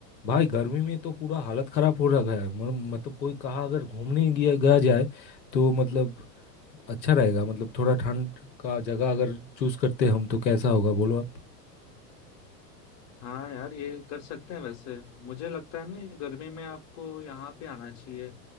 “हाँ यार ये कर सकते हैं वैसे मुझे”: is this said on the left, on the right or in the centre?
Left